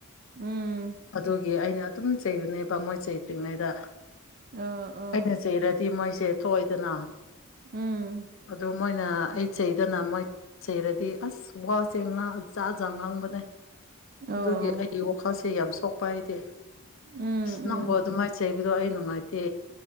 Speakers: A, on the right; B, on the left.
A: ꯎꯝ
B: ꯑꯗꯨꯒꯤ ꯑꯩꯅ ꯑꯗꯨꯝ ꯆꯩꯕꯅꯦꯕ ꯃꯣꯏ ꯆꯩꯗꯔꯤꯉꯩꯗ
A: ꯑꯣ ꯑꯣ
B: ꯑꯩꯅ ꯆꯩꯔꯗꯤ ꯃꯣꯏꯁꯦ ꯊꯣꯛꯑꯣꯏꯗꯅ
A: ꯎꯝ
B: ꯑꯗꯨ ꯃꯣꯏꯅ ꯑꯩ ꯆꯩꯗꯅ ꯃꯣꯏ ꯆꯩꯔꯗꯤ ꯑꯁ ꯋꯥꯁꯦ ꯉꯥꯡ ꯖꯥꯠ ꯖꯥꯠ ꯉꯥꯡꯕꯅꯦ
A: ꯑꯣ
B: ꯑꯗꯨꯒꯤ ꯑꯩꯒꯤ ꯋꯥꯈꯜꯁꯦ ꯌꯥꯝ ꯁꯣꯛꯄ ꯍꯥꯏꯗꯤ
A: ꯎꯝ
B: ꯑꯁ ꯅꯪꯕꯨ ꯑꯗꯨꯃꯥꯏ
A: ꯎꯝ
B: ꯆꯩꯕꯗꯣ ꯑꯩ ꯅꯨꯡꯉꯥꯏꯇꯦ